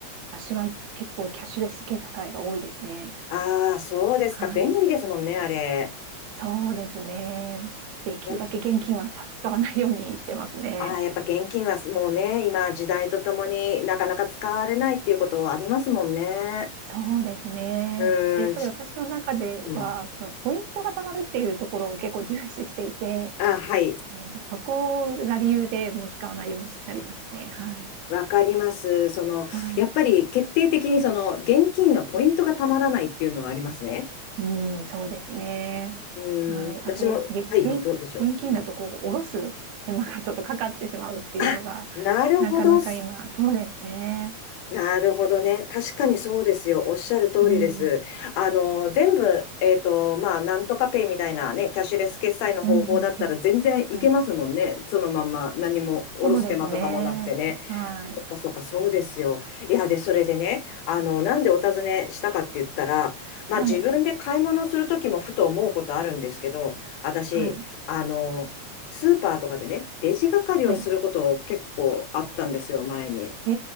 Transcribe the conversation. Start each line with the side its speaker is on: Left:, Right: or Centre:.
Right: 私は結構キャッシュレス決済が多いですね。
Left: ああー、そうですか。
Right: はい。
Left: 便利ですもんね、あれ。
Right: そうですね。できるだけ現金は使わないようにしてますね。
Left: うんああ、やっぱ現金はもうね、今時代とともになかなか使われないっていうことありますもんね。
Right: そうですね。
Left: うーん、
Right: で、やっぱり私の中では、
Left: ち、うん。
Right: そのポイントが貯まるっていうところを結構重視していて、
Left: あ、はい。
Right: えーと、そこが理由でもう使わないようになりますね。はい。
Left: わかります。その、
Right: はい。
Left: やっぱり決定的にその、現金はポイントがたまらないっていうのはありますね。
Right: うん、そうですね。
Left: うん、
Right: はい。
Left: 私も、
Right: あと、げ現、
Left: はい、どうでしょう。
Right: 現金だとこう、
Left: うん、
Right: 下ろす手間がちょっとかかってしまうっていうのが、
Left: あ、なるほどっす。
Right: なかなか今、そうですね。
Left: なるほどね。確かにそうですよ。おっしゃる通りです。
Right: うん。うん、
Left: あの、全部、えっと、まあ、なんとかペイみたいなね、キャッシュレス決済の方法だったら全然いけますもんね。
Right: うん、うん。はい。
Left: そのまんま、何も、おろす手間とかもなくてね。
Right: そうですね。はい。
Left: そっかそっか、そうですよ。いや、で、それでね、あの、なんでお尋ねしたかって言ったら、まあ自分で買い物するときもふと思うことあるんですけど、
Right: はい。
Left: 私、
Right: はい。
Left: あの、スーパーとかでね、レジ係をすること結構あったんですよ、
Right: はい。
Left: 前に。
Right: え